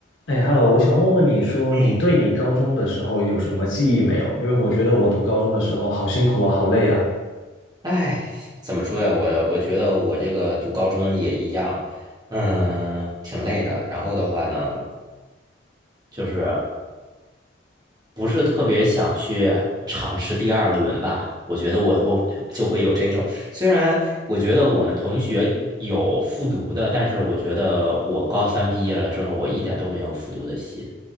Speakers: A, on the left; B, on the right.
A: 哎，Hello，我想问问你说，
B: 哎，
A: 你对你高中的时候有什么记忆没有？因为我觉得我读高中的时候好辛苦啊，好累啊。
B: 哎，怎么说呀？我我觉得我这个读高中也一样，嗯，挺累的。然后的话呢，就是不是特别想去尝试第二轮吧？我觉得我会就会有这种。虽然我觉得我们同学有复读的，但是我觉得我高三毕业了之后，我一点都没有复读的心。